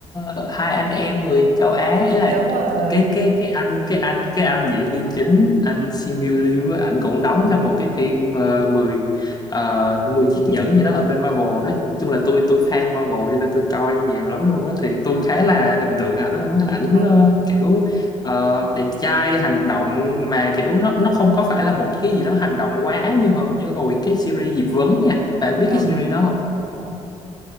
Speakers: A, on the left (about 25°); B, on the right (about 60°).
A: ờ, hai anh em người châu Á ý là
B: đúng rồi,
A: cái
B: đúng
A: cái
B: rồi.
A: cái anh cái anh cái anh diễn viên chính anh Simu Liu á, ảnh cũng đóng trong một cái phim uh, 10 ờ, 10 chiếc nhẫn gì đó ở bên Marvel nói chung là tôi tôi fan Marvel cho nên tôi coi nhiều lắm luôn á thì tôi khá là hình tượng ảnh luôn á ảnh
B: Ừ,
A: ờ, kiểu ờ, đẹp trai hành động mà kiểu nó nó không có phải là một cái gì đó hành động quá như hồi, như hồi cái series Diệp Vấn nha bạn biết
B: ừ,
A: cái series đó không?
B: không,